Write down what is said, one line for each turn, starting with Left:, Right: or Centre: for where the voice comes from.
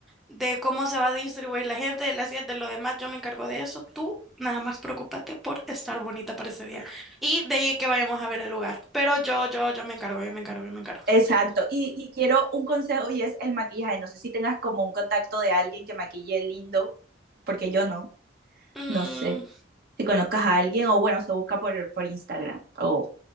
Centre: de cómo se va a distribuir la gente, de las sillas, de lo demás, yo me encargo de eso. Tú nada más preocúpate por estar bonita para ese día. Y de ahí que vayamos a ver el lugar. Pero yo, yo, yo me encargo, yo me encargo, yo me encargo.
Right: Exacto, y, y quiero un consejo y es el maquillaje. No sé si tengas como un contacto de alguien que maquille lindo, porque yo no,
Centre: Mm,
Right: no sé. Si conozcas a alguien o bueno, se busca por, por Instagram o